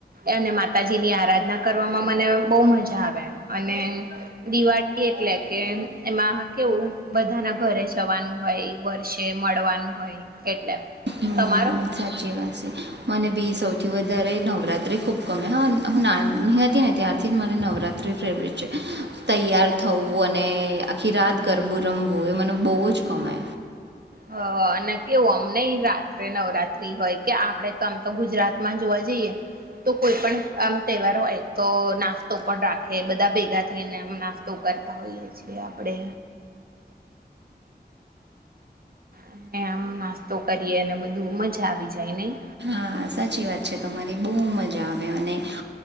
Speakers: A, on the right; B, on the right.
A: અને માતાજી ની આરાધના કરવામાં મને બહુ મજા આવે અને દિવાળી એટલે કે એમાં કેવું બધાના ઘરે જવાનું હોય વર્ષે મળવાનું હોય એટલે.
B: હમ
A: તમારો?
B: સાચી વાત છે. મને બી સૌથી વધારે નવરાત્રિ ખૂબ ગમે હા હ નાની હતી ને ત્યારથી જ મને નવરાત્રિ ફેવરેટ. તૈયાર થવું અને આખી રાત ગરબું રમવું એ મને બહુ જ ગમે.
A: હ અને કેવું આમ નહી રાત્રે નવરાત્રી હોય કે આપણેે તો આમ તો ગુજરાતમાં જોવા જઈએ તો કોઈ પણ આમ તહેવાર હોય તો નાસ્તો પણ રાખે બધા ભેગા થઈનેમ નાસ્તો કરતા હોઈએ છીએ આપણે. અને આમ નાસ્તો કરીએ અને બધું મજા આવી જાય નહી.
B: હા સાચી વાત છે તમારી બહુ મજા આવે. ન